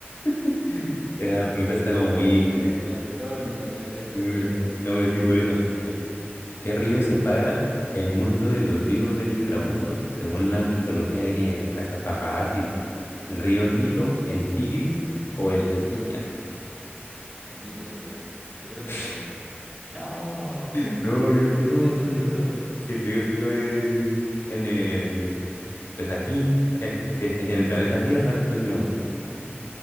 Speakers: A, on the left (about 65°); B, in the centre.
A: <laughs>
B: <laughs>
A: Esa pregunta está como muy XD.
B: ¿Cuál actor? Ni lo pueden ser
A: <laughs>
B: cualquiera.
A: No voy a decir por eso. Mire, ¿Qué río separa el mundo de los vivos del inframundo según la mitología griega? Ah, esta está fácil.
B: Uy,
A: ¿El río Nilo, el Tigris o el Estigia?
B: el Nilo, güey. Yo creo
A: <laughs>
B: que el Nilo. ¡No!
A: No, obviamente
B: No
A: no,
B: sé si
A: socio.
B: es cierto.
A: Si el río Nilo es en el, pues aquí, <laughs> en el planeta Tierra, socio.
B: <laughs> No,